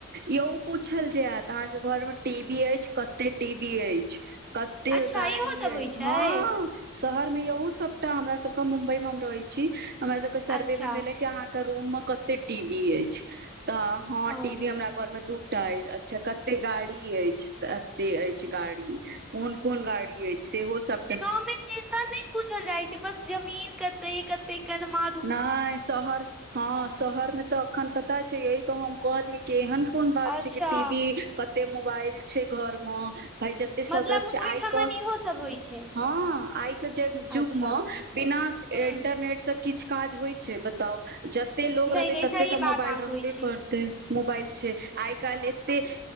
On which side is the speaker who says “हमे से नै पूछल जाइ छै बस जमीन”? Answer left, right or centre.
Centre